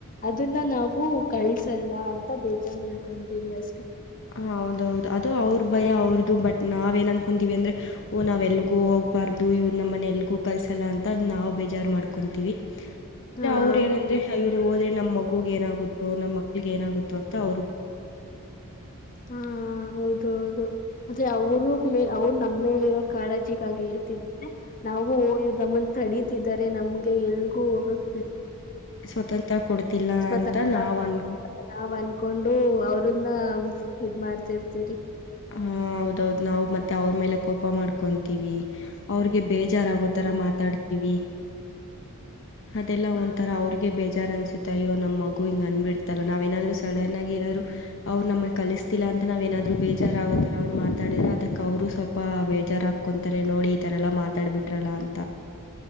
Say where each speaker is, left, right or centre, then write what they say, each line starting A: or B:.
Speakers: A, on the left; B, on the left.
A: ಅದನ್ನ ನಾವು ಕಳ್ಸಲ್ಲ ಅಂತ ಬೇಜಾರ್ ಮಾಡ್ಕೊಂತೀರಿ ಅಷ್ಟೇ
B: ಹ ಹೌದೌದು ಅದು ಅವ್ರ ಭಯ ಅವ್ರದು ಬಟ್ ನಾವ ಏನ್ ಅನ್ಕೊಂತೀವಿ ಅಂದ್ರೆ ಓ ನಾವ್ ಎಲ್ಗೂ ಹೋಗ್ಬಾರ್ದು ಇವ್ ನಮ್ಮನ ಎಲ್ಗೂ ಕಲ್ಸ ಅಂತ ಅ ನಾ್ ಬೇಜಾರ್ ಮಾಡ್ಕೊಂತೀವಿ ಅಂದ್ರೆ
A: ಹಾ
B: ಅವ್ರ ಏನಂದ್ರೆ ಹೋದ್ರೆ ನಮ್ಮ್ಗ ಏನಾಗುತ್ತ ನಮ್ಮ ಮಕ್ಳಗ್ ಏನಾಗುತ್ತೋ ಅಂತ ಅವ್ರು ಭಯ ಬೀಳ್ತಾರೆ
A: ಹಾ ಹೌದು ಹೌದು ಅದೇ ಅವರು ಮ ಅವ್ರು ನಮ್ಮ ಮೇಲಿ ಇರೋ ಕಾಳಜಿಗಾಗಿ ಹೇಳ್ತಿದೆ ನಾವವುಯ ನಮ್ಮನ್ ತಡತಿದ್ದಾರೆ ನಮ್ಗೆ ಎಲ್ಗೂ ಹೋಗಕ್
B: ಸ್ವತಂತ್ರ ಕೊಡ್ತಿಲ್ಲ
A: ಸ್ವತಂತ್ರ
B: ಅಂತ ನಾವು
A: ಕೊಡುತ್ತಿಲ್ಲ
B: ಅನ್
A: ನಾವ್ ಅನ್ಕೊಂಡು ಅವ್ರನ್ನ ಇದ್ ಮಾಡ್ತಿರ್ತರಿ
B: ಹ ಹೌದೌದು ನಾವು ಮತ್ತೆ ಅವ್ರ ಮೇಲೆ ಕೋಪ ಮಾಡ್ಕೊಂತೀವಿ ಅವ್ರಿಗೆ ಬೇಜಾರಾಗುತ್ತೆ ರ ಮಾತಾಡ್ತವಿ ಅದೆಲ್ಲ
A: ಹಾ
B: ಒಂಥರ ಅವ್ರ ಬೇಜಾರ್ ಅನ್ಸುತ್ತೆ ಅಯ್ಯೋ ನಮ್ಮ ಮಗು ಹಿಂಗ ಅಂದ್ಬಿಡ್ತಲ್ಲ ನಾವೇನಾದ್ರು ಸಡನ್ ಆಗಿ ಏನಾದ್ರು. ಅವ್ರ ನಮುಗ್ ಕಲುಸ್ತಿಲ್ಲ ಅಂತ ನಾವ್ ಏನಾದ್ರು ಬೇ ಬೇಜಾರ ಆಗೋ ಥರ ಅವ್ರು ಮಾತಾಡ್ರರೆ ಅದಕ್ಕೆ ಅವರು ಸ್ವಲ್ಪ ಬೇಜಾರಾಗ್ ಕಂತಾರೆ ನೋಡಿ ಈ ತರ ಎಲ್ಲ ಮಾತಾಡಿಬಿಟ್ರಲ್ಲ ಅಂ